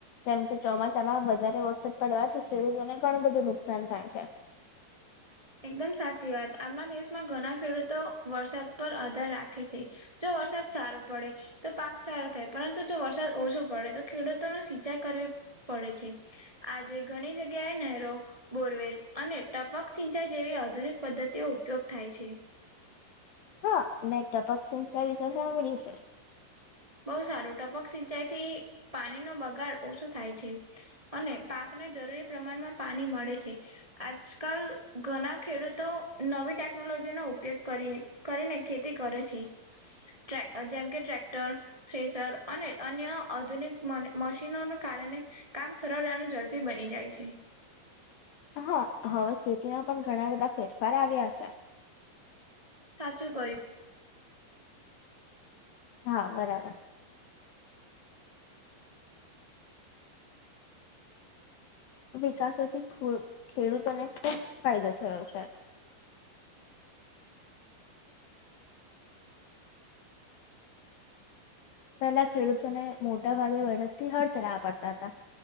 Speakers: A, on the left; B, on the right.
A: જેમ કે ચોમાસામાં વધારે વરસાદ પડવાથી ખેડૂતોને ઘણું બધું નુકસાન થાય છે.
B: એકદમ સાચી વાત આપણા દેશમાં ઘના ખેડૂતો વરસાદ પર આધાર રાખે છે. જો વરસાદ સારો પડે તો પાક સારો થાય પરંતુ જો વરસાદ ઓછો પડે તો ખેડૂતો ન સિંચાઈ કરવી પડે છે. આજે ઘણી જગ્યાએ નહેરો, બોરવેલ અને ટપક સિં ચાઈ જેવી આધુનિક પદ્ધતિઓ ઉપયોગ થાય છે.
A: હા મે ટપક સિંચાઈ વિશે સાંભળ્યું છે.
B: બહુ સારું ટપક સિંચાઈ થી પાનીનો બગાડ ઓછો થાય છે. અને પાકને જરૂરી પ્રમાનમાં પાની મળે છે. આજકાલ ઘના ખેડૂતો નવી ટેકનોલોજી નો ઉપયોગ કરીએ કરીને ખેતી કરે છે ટ્રે અ જેમ કે ટ્રેક્ટર થ્રેસર અને અન્ય આધુનિક મને મશીનોને કારને કામ સરળ અને ઝડપી બની જાય છે.
A: હા હવે ખેતીમાં પન ઘણા બધા ફેરફાર આવ્યા છે.
B: સાચું કહ્યું.
A: હા બરાબર. વિકાસોથી ફુલ ખેડૂતોને ખૂબ ફાયદો થયો છે. પેલા ખેડૂતોને મોટા ભાગે વળતથી હળ ચલાવા પડતા હતા.